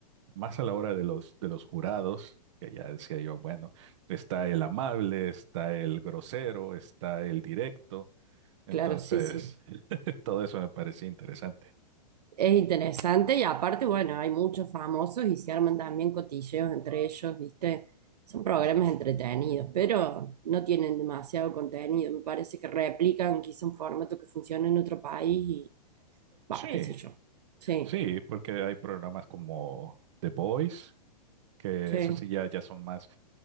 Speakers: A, on the right; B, on the right.
A: Más a la hora de los, de los jurados, que ya decía yo, bueno, está el amable, está el grosero, está el directo, entonces
B: claro, sí, sí.
A: <laughs> todo eso me parecía interesante.
B: Es interesante y aparte, bueno, hay muchos famosos y se arman también cotilleos entre ellos, ¿viste? Son programas entretenidos, pero no tienen demasiado contenido. Me parece que replican quizá un formato que funciona en otro país y,
A: Sí,
B: va, qué sé yo. Sí,
A: sí, porque hay programas como The Voice, que
B: sí,
A: eso sí ya, ya son más,